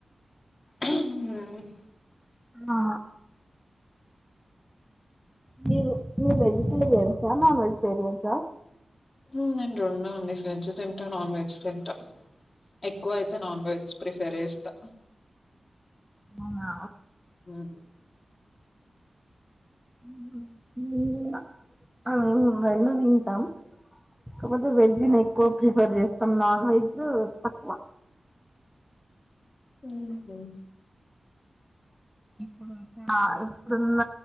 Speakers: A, on the left; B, in the centre.
A: హ్మ్
B: ఆ మీరు మీరు వెజిటేరియన్సా నాన్ వెజిటేరియన్సా
A: మ్ మేమ్ రెండు అండి వెజ్ తింటా నాన్ వెజ్ తింటా ఎక్కువ అయితే నాన్ వెజ్ ప్రిఫెర్ చేస్తా
B: ఆవునా
A: హ్మ్
B: <unintelligible> ఆ మేము తింటాం కాకపోతే వెజ్ ను ఎక్కువ ప్రిఫర్ చే సం నాన్ వెజ్ తక్కువ
A: మ్ హుమ్
B: ఇప్పుడున్న